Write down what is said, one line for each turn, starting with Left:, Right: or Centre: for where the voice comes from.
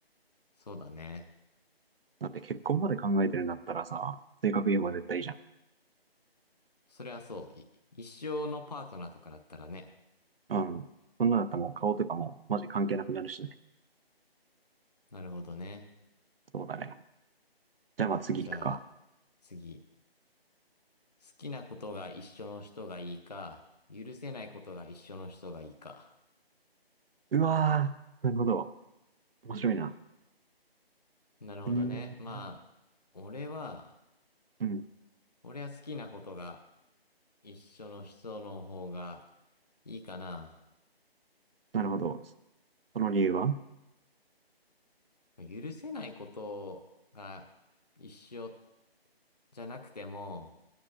Left: そうだね。
Right: だって結婚まで考えてるんだったらさ、性格いい方が絶対いいじゃん。
Left: それはそう。い一生のパートナーとかだったらね。
Right: うん。そんなだったらもう顔とかもマジ関係なくなるしね。
Left: なるほどね。
Right: そうだね。じゃあまあ次行くか。
Left: じゃあ、次。好きなことが一緒の人がいいか、許せないことが一緒の人がいいか。
Right: うわー、なるほど。面白いな。
Left: なるほどね。
Right: うーん。
Left: まあ、俺は、
Right: うん。
Left: 俺は好きなことが一緒の人の方がいいかな。
Right: なるほど。その理由は
Left: 許せないことが一緒じゃなくても、